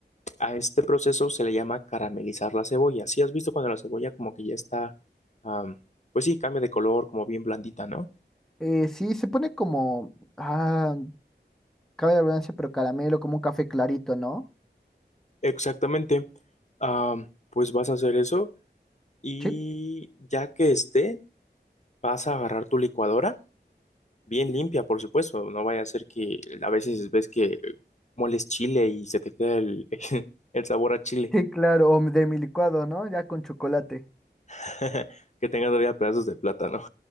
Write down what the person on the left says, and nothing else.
A este proceso se le llama caramelizar la cebolla. Si has visto cuando la cebolla como que ya está, am, pues sí, cambia de color, como bien blandita, ¿no?
Exactamente. Am, pues vas a hacer eso y
ya que esté, vas a agarrar tu licuadora bien limpia, por supuesto. No vaya a ser que a veces ves que moles chile y se te queda el, <laughs> el, el sabor a chile,
<laughs> que tenga todavía pedazos de plátano.